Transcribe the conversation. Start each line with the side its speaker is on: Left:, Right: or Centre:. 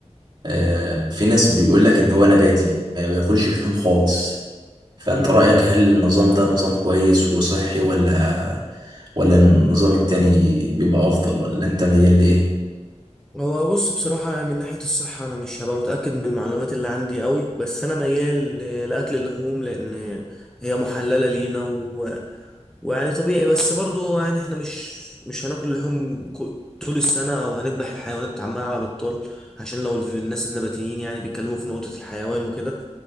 Right: آه، في ناس بيقول لك ان هو نباتي ما بياكلش لحوم خالص فانت
Centre: امم
Right: رايك هل النظام ده نظام كويس وصحي ولا ولا النظام التاني بيبقى افضل ولا انت ميال لايه
Centre: هو بص بصراحة يعني من ناحية الصحة أنا مش هبقى متأكد من المعلومات اللي عندي قوي بس أنا ميال ل- لأكل اللحوم لأن هي محللة لينا و... ويعني طبيعي بس برضو يعني إحنا مش مش هناكل لحوم ك- طول السنة أو هنذبح الحيوانات عمال على بطال عشان لو الف- الناس النباتيين يعني بيتكلموا في نقطة الحيوان وكده